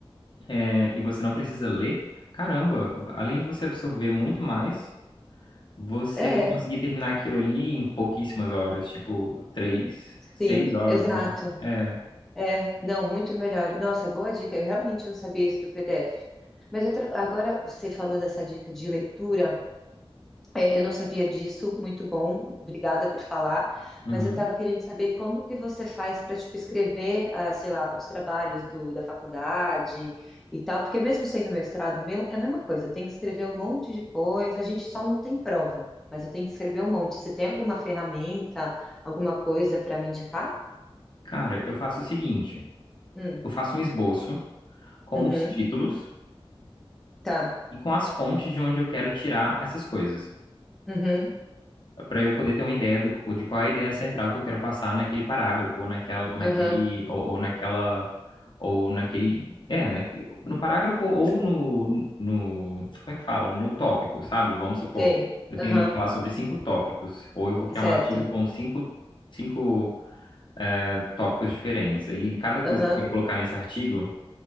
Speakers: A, on the left (about 55°); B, in the centre.
A: é, e você não precisa ler, caramba, além de você absorver muito mais, você
B: É,
A: vai conseguir terminar aquilo ali em pouquíssimas horas, tipo, três, seis
B: sim,
A: horas
B: exato.
A: no máximo. É,
B: É, não, muito melhor. Nossa, boa dica. Eu realmente não sabia isso do PDF. Mas outra, agora você falou dessa dica de leitura. É, eu não sabia disso. Muito bom. Obrigada por falar.
A: uhum.
B: Mas eu estava querendo saber como que você faz para, tipo, escrever, ah, sei lá, os trabalhos do, da faculdade e tal. Porque mesmo sendo mestrado meu, é a mesma coisa. Eu tenho que escrever um monte de coisa. A gente só não tem prova. Mas eu tenho que escrever um monte. Você tem alguma ferramenta, alguma coisa para me indicar?
A: Cara, eu faço o seguinte,
B: Hum,
A: eu faço um esboço com
B: uhum,
A: os títulos
B: tá.
A: e com as fontes de onde eu quero tirar essas coisas.
B: Uhum.
A: para eu poder ter uma ideia do, co- de qual é a ideia central que eu quero passar naquele parágrafo, ou naquela, naquele,
B: Aham.
A: ou, ou naquela, ou naquele, é, naque- no parágrafo ou no, no, como é que fala? No tópico, sabe? Vamos supor,
B: Sei.
A: eu tenho
B: Aham.
A: ali que falar sobre cinco tópicos, ou eu vou criar
B: Certo.
A: um artigo com cinco, cinco eh, tópicos diferentes. Aí, em cada coisa
B: Aham.
A: que eu quero colocar nesse artigo,